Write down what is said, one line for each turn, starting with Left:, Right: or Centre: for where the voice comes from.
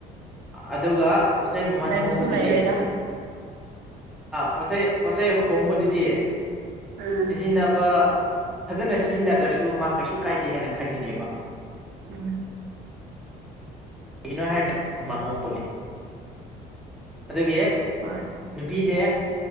Centre: ꯑꯗꯨꯒ ꯄꯣꯠꯆꯩ ꯃꯃꯜ
Right: ꯂꯩꯕꯁꯨ
Centre: ꯍꯣꯡꯕꯗꯨꯗꯤ
Right: ꯂꯩꯔꯣꯏꯗ
Centre: ꯄꯣꯠꯆꯩ ꯄꯣꯠꯆꯩ ꯍꯣꯡꯕꯗꯨꯗꯤ
Right: ꯎꯝ
Centre: ꯁꯤꯖꯤꯟꯅꯕ ꯐꯖꯅ ꯁꯤꯖꯤꯟꯅꯗ꯭ꯔꯁꯨ ꯃꯥ ꯀꯩꯁꯨ ꯀꯥꯏꯗꯦ ꯍꯥꯏꯅ ꯈꯟꯒꯅꯦꯕ
Right: ꯎꯝ
Centre: ꯀꯒꯤꯩꯅꯣ ꯍꯥꯏꯗ ꯃꯜꯍꯣꯡꯕꯒꯤ ꯑꯗꯨꯗꯒꯤ
Right: ꯍꯣꯏ
Centre: ꯅꯨꯄꯤꯁꯦ